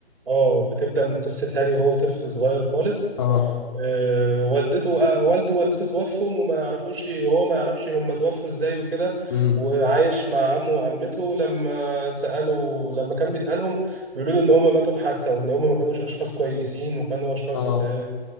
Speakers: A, on the right; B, on the left.
A: اه بتبدا من قصه هاري وهو طفل صغير خالص
B: اه
A: آه، والدته آه، والده ووالدته توفوا وما يعرفوش وهو ما يعرفش هم توفوا ازاي وكده
B: امم
A: وعايش مع عمه وعمته لما سألوا لما كان بيسألهم بيقولوا له ان هم ماتوا في حادثة وان هم ما كانوش اشخاص كويسين وكانوا اشخاص
B: اه
A: آه،